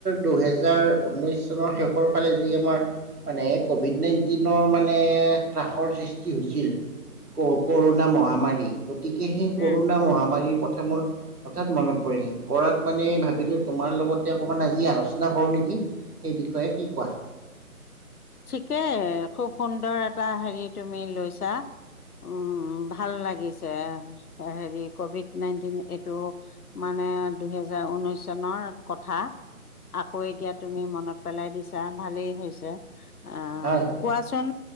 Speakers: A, on the right (about 85°); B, on the left (about 75°).
A: দুহেজাৰ উননিছ চনৰ শেষৰ ফালে যি আমাৰ মানে ক'ভিড নাইণ্টিনৰ মানে ত্ৰাসৰ সৃষ্টি হৈছিল। কৰুণা মহামাৰী। গতিকে সেই কৰুনা
B: উম
A: মহামাৰীৰ কথা মোৰ হঠাৎ মনত পৰিল। পৰাত মানে ভাবিলো তোমাৰ লগতে অকণমান আজি আলোচনা কৰো নেকি। সেই বিষয়ে কি কোৱা?
B: ঠিকেই খুব সুন্দৰ এটা হেৰি তুমি লৈছা। উম, ভাল লাগিছে। হেৰি কভিড নাইণ্টিন এইটো মানে দুইহেজাৰ উনিশ চনৰ কথা আকৌ এতিয়া তুমি মনত পেলাই দিছা ভালেই হৈছে। <unintelligible>
A: হয়
B: কোৱাচোন?